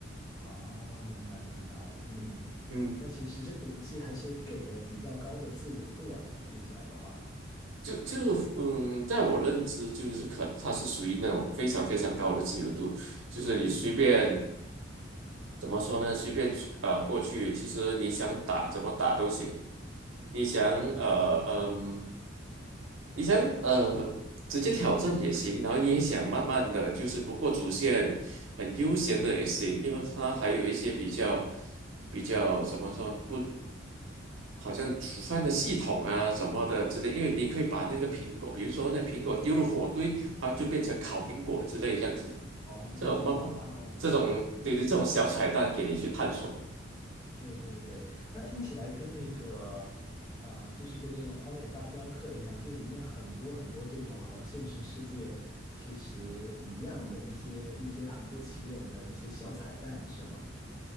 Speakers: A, on the left; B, on the right.
A: 哦，明白明白，嗯，
B: 嗯。
A: 那其实这个游戏还是给了比较高的自由度啊，这样听起来的话，
B: 就就嗯，在我认知就是可，它是属于那种非常非常高的自由度，就是你随便
A: 嗯嗯嗯，
B: 怎么说呢，随便去呃过去，其实你想打怎么打都行，你想呃嗯。你想呃直接挑战也行，然后你也想慢慢的就是不过主线，很悠闲的也行，因为它还有一些比较比较怎么说不，好像煮饭的系统啊什么的之类，
A: 嗯
B: 因为你可以把那个苹果，比如说那苹果丢入火堆，它就变成烤苹果之类这样子，
A: 哦，
B: 这种慢慢这种对对这种小彩蛋给你去探索，
A: 哇哦，嗯，对对对，那听起来跟那个，啊、就是跟那个《荒野大镖客》一样，就里面很多很多这种和现实世界其实一样的一些一些很不起眼的一些小彩蛋，是吗？